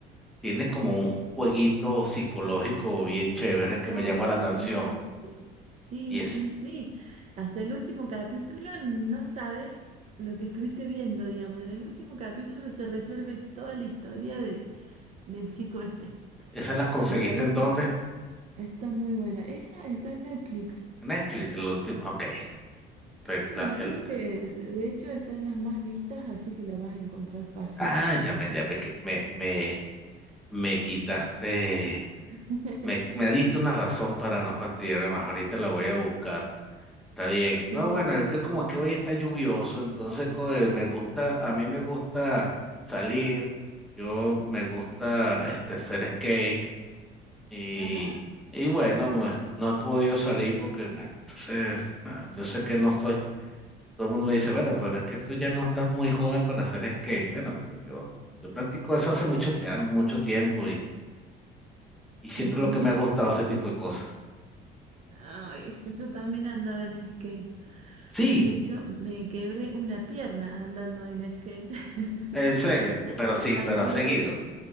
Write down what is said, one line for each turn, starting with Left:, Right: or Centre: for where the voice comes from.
Centre: tiene como un jueguito psicológico bien chévere
Right: exactamente.
Centre: que me llama la atención.
Right: Sí,
Centre: Y es,
Right: sí, sí. Hasta el último capítulo no sabes lo que estuviste viendo, digamos. En el último capítulo se resuelve toda la historia de, del chico este.
Centre: ¿esa la conseguiste
Right: La verdad
Centre: en
Right: que
Centre: dónde?
Right: Está muy buena. Esa está en Netflix.
Centre: Netflix, el último, ok. Te-
Right: Sí,
Centre: la- el-
Right: creo que de de hecho está en las más vistas, así que la vas a encontrar fácil.
Centre: ah, ya me, ya me, que- me, me- me quitaste,
Right: <laughs>
Centre: me, me diste una razón para no fastidiarme más. Ahorita la voy a buscar. Está bien.
Right: Sí.
Centre: No, bueno, es que como que hoy está lluvioso, entonces co- eh, me gusta, a mí me gusta salir, yo me gusta este, hacer skate y,
Right: Ajá,
Centre: y bueno, pues, no he podido salir porque, bueno, entonces, ah, yo sé que no estoy, todo el mundo me dice, bueno, pero es que tú ya no estás muy joven para hacer skate. Bueno, pero yo, yo practico eso hace mucho, tia- mucho tiempo Y siempre
Right: mira.
Centre: lo que me ha gustado ese tipo de cosas.
Right: Ay, yo también andaba en skate.
Centre: Sí,
Right: De hecho, me quebré una pierna andando en skate. <laughs>
Centre: en serio,
Right: A-
Centre: pero sí,
Right: Al
Centre: pero
Right: día,
Centre: ha seguido.